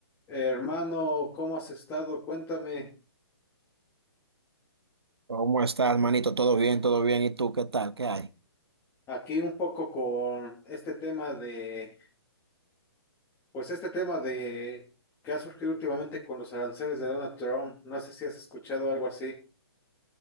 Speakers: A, on the left; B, on the right.
A: Hermano, ¿cómo has estado? Cuéntame
B: ¿Cómo estás, manito? ¿Todo bien? ¿Todo bien? ¿Y tú qué tal? ¿Qué hay?
A: aquí un poco con este tema de, pues este tema de que ha surgido últimamente con los aranceles de Donald Trump. No sé si has escuchado algo así.